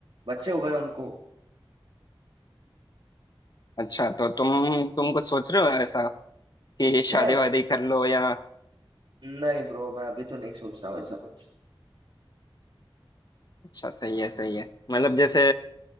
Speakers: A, on the right (about 60°); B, on the left (about 45°).
A: बच्चे हो गए उनको
B: अच्छा तो तुम तुम कुछ सोच रहे हो ऐसा कि
A: नहीं
B: शादी वादी कर लो या
A: नहीं ब्रो मैं अभी तो नहीं सोच रहा हूँ ऐसा कुछ
B: अच्छा सही है सही है मतलब जैसे